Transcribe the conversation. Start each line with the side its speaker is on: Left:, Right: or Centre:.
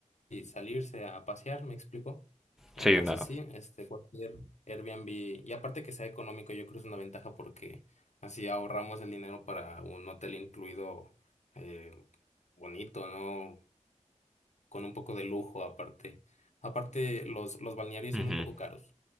Left: y salirse a pasear, ¿me explico? Entonces
Centre: Sí, no.
Left: sí, este cualquier Airbnb, y aparte que sea económico, yo creo que es una ventaja porque así ahorramos el dinero para un hotel incluido eh, bonito, ¿no? con un poco de lujo aparte. Aparte, los, los balnearios
Centre: Ujú,
Left: son un poco caros,